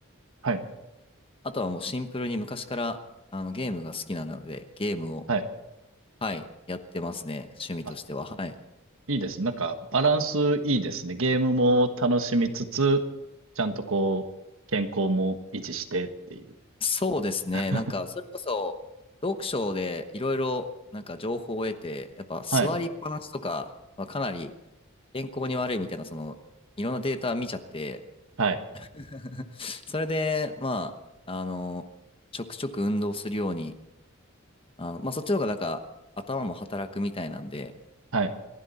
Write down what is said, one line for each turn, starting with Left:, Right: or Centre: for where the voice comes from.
Right: はい、
Left: あとはもうシンプルに昔からあのゲームが好きなので、ゲームを、
Right: はい。
Left: はい、やってますね。趣味としては。
Right: あ、
Left: はい。
Right: いいですね。なんか、バランスいいですね。ゲームも楽しみつつ、ちゃんとこう、健康も維持してっていう。
Left: そうですね。
Right: <laughs>
Left: なんか、それこそ、読書でいろいろ、なんか情報を得て、やっぱ座りっぱなしとかはかなり
Right: はい、
Left: 健康に悪いみたいな、その、いろんなデータ見ちゃって、<laughs>
Right: はい、
Left: それで、まあ、あの、ちょくちょく運動するように、あの、まあ、そっちの方がなんか、頭も働くみたいなんで、
Right: はい。